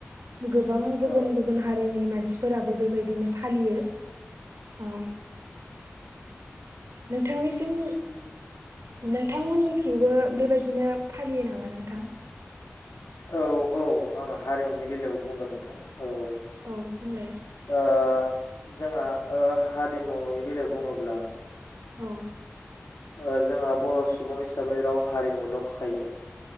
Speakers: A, on the right; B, on the left.
A: गोबां गुबुन
B: औ
A: गुबुन हारिनि मानसिफोराबो बेबायदिनो फालियो औ नोंथांनिसिम नोंथांमोननिखिबो बेबायदिनो फालियो नामा नोंथां
B: औ औ आं हारिमुनि बेलायाव बुंगोन नोंथां औ
A: औ बुंलाय
B: ओ जोंहा ओ हारिमुनि बेलायाव बुङोब्ला
A: औ
B: ओ जोंहा बर' सुबुं हिसाबै राव हारिमु दंखायो